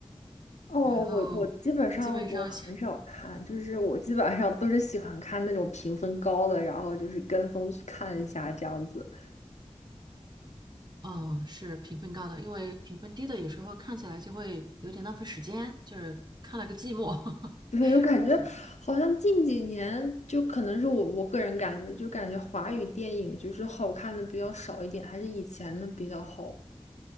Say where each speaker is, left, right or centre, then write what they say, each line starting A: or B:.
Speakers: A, on the left; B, on the right.
A: 哦，
B: 然后基本上是
A: 我我基本上我很少看，就是我基本上都是喜欢看那种评分高的，然后就是跟风去看一下这样子。
B: 哦是评分高的，因为评分低的有时候看起来就会有点浪费时间，就是看了个寂寞，
A: <laughs> 对，我感觉好像近几年，
B: <laughs> 是
A: 就可能是我我个人感觉，就感觉华语电影就是好看的比较少一点，还是以前的比较好。